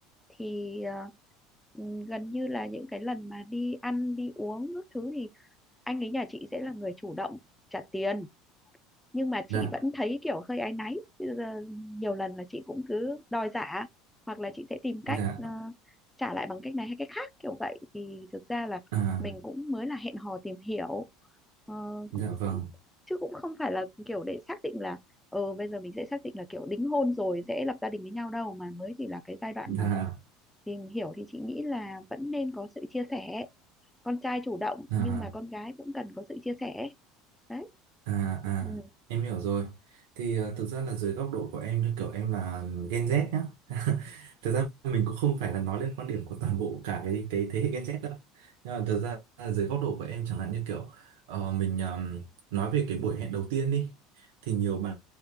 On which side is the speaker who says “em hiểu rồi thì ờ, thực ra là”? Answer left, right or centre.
Right